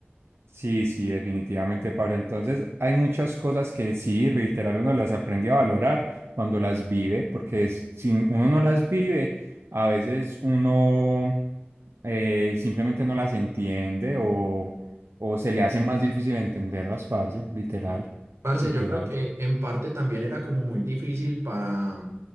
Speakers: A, on the right; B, on the right.
A: Sí, sí, definitivamente, parce. Entonces, hay muchas cosas que sí, reiterar, uno las aprende a valorar cuando las vive, porque es- si uno no las vive, a veces uno eh, simplemente no las entiende o, o se le hace más difícil entenderlas, parce, literal,
B: Parce,
A: literal.
B: yo creo que en parte también era como muy difícil para,